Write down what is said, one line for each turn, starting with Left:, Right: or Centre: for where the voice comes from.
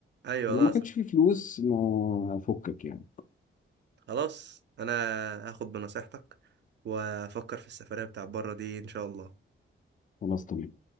Right: ايوه
Left: لما
Right: لا
Left: كانش
Right: صح
Left: فيه فلوس ما فكك يعني
Right: خلاص انا هاخد بنصيحتك وافكر في السفرية بتاع بره دي ان شاء الله
Left: خلاص طبيعي